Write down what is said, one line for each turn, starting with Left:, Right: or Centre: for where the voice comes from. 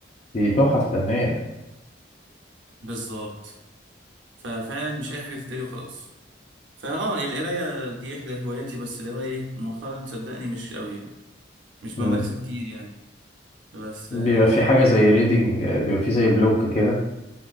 Left: دي تحف فنية
Right: بالظبط ففعلا مش أي حاجة تتقري وخلاص فأه القراية دي إحدى هواياتي بس اللي هو إيه مؤخرا صدقني مش قوي يعني مش بمارسها
Left: امم
Right: كتير يعني بس
Left: بيبقى
Right: آه
Left: في حاجة زي ريدنج بيبقى في زي بلوك كده